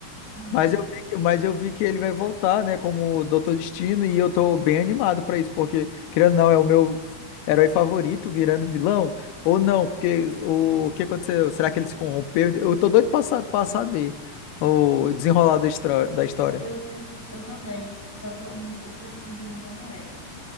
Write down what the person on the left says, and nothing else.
Mas eu vi que, mas eu vi que ele vai voltar, né, como Doutor Destino, e eu tô bem animado pra isso, porque, querendo ou não, é o meu herói favorito virando vilão, ou não, porque o, o que aconteceu? Será que ele se corrompeu? Eu tô doido pra, sa- pra saber o desenrolar da, histra- da história.